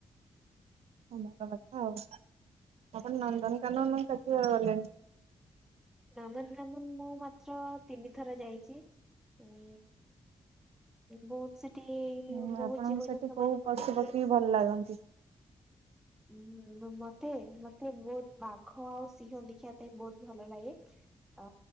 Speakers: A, on the right (about 80°); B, in the centre.
A: ହଁ ଭଲ କଥା ଆଉ ଆପଣ
B: ଆଜ୍ଞା
A: ନନ୍ଦନକାନନ କେତେ ଥର ଗଲେଣି?
B: ନନ୍ଦନକାନନ ମୁଁ ମାତ୍ର ତିନିଥର ଯାଇଚି। ଉଁ ବହୁତ୍ ସେଠି
A: ହୁଁ,
B: ବହୁତ
A: ଆପଣଙ୍କୁ
B: ଜୀବଜନ୍ତୁ
A: ସେଠି କୋଉ
B: ମାନଙ୍କୁ
A: ପଶୁ
B: ଦେଖେ।
A: ପକ୍ଷୀ ଭଲ ଲାଗନ୍ତି?
B: ଉଁ ମ ମ ମତେ ମତେ ବହୁତ ବାଘ ଆଉ ସିଂହ ଦେଖିବା ପାଇଁ ବହୁତ୍ ଭଲ ଲାଗେ। ଅ